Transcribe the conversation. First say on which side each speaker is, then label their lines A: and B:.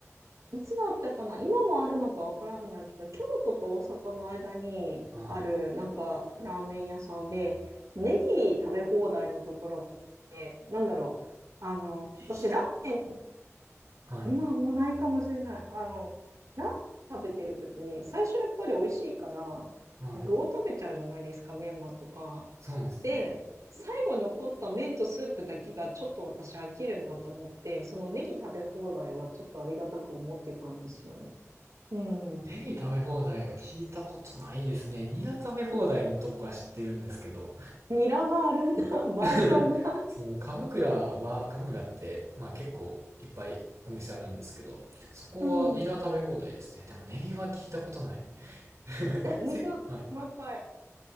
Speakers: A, on the right (about 90°); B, on the right (about 70°).
A: いつだったかな今もあるのかわからないけど、京都と大阪の間にある、
B: はい。
A: なんか、ラーメン屋さんで、ネギ食べ放題のところって、なんだろう。あの、
B: できた。
A: 私、ラーメン、
B: はい。
A: 今はもうないかもしれない。あの、ラーメン食べてるときに、最初やっぱり美味しいから、
B: はい。
A: 具を食べちゃうじゃないですか、メンマとか。
B: そうですね。
A: で、最後残った麺とスープだけがちょっと私飽きるなと思って、そのネギ食べ放題はちょっとありがたく思ってたんですよね。うん。
B: ネギ食べ放題は聞いたことないですね。ニラ食べ放題のとこは知ってるんですけど、
A: ニラがあるんだ、<laughs> バージョンが。
B: <laughs> そう、鎌倉は、鎌倉って、まあ結構いっぱいお店あるんですけど、そこはニラ食べ放題ですね。
A: うん。
B: でもネギは聞いたことない。<laughs>
A: え、お店の1階。
B: せ、はい。